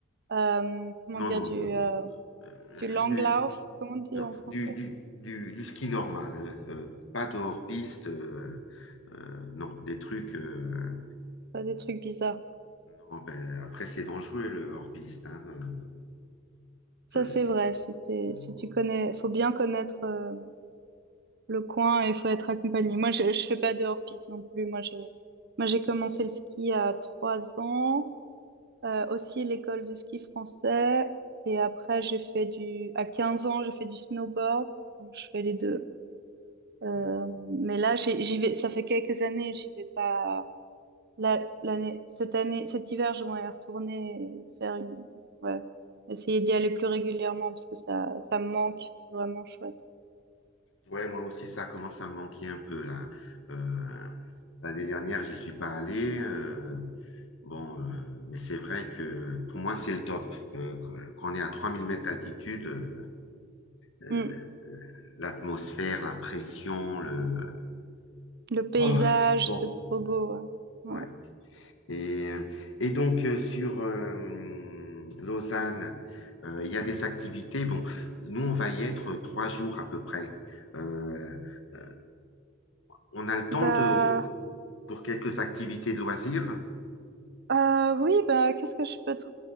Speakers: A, on the right; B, on the left.
A: euh, comment
B: non,
A: dire,
B: non,
A: du,
B: de-
A: euh,
B: euh,
A: du langlauf,
B: du,
A: comment on dit
B: Non,
A: en français?
B: du, du, du, du ski normal, hein, euh, pas de hors-piste, euh, euh, non, des trucs. euh,
A: Pas des trucs bizarres.
B: non, ben, après, c'est dangereux le hors-piste. hein, euh, enfin,
A: Ça, c'est vrai. Si t'es-
B: on-
A: si tu connais, faut bien connaître euh, le coin et faut être accompagné. Moi, je, je fais pas de hors-piste non plus. Moi, je, moi, j'ai commencé le ski à trois ans, euh, aussi l'école de ski français. Et après, j'ai fait du, à 15 ans, j'ai fait du snowboard. Donc, je fais les deux. Euh,
B: mm.
A: mais là, j'ai- j'y vais, ça fait quelques années, j'y vais pas la- l'année, cette année, cet hiver, je vais retourner et faire une, ouais, essayer d'y aller plus régulièrement parce que ça, ça me manque. C'est vraiment chouette.
B: ouais, moi aussi, ça commence à me manquer un peu là. Euh, l'année dernière, j'y suis pas allé. euh, bon, euh, mais c'est vrai que pour moi, c'est le top. Euh, quand quand on est à 3000 mètres d'altitude, euh, euh,
A: Mm.
B: l'atmosphère, la pression, le.
A: Le paysage,
B: Oh, bon,
A: c'est trop beau. Ouais. Ouais.
B: ouais. Et, euh, et donc, euh, sur euh, Lausanne, euh, il y a des activités. Bon, nous, on va y être trois jours à peu près. Euh, euh, on a le temps
A: Bah,
B: de, pour quelques activités de loisirs.
A: euh, oui, bah, qu'est-ce que je peux te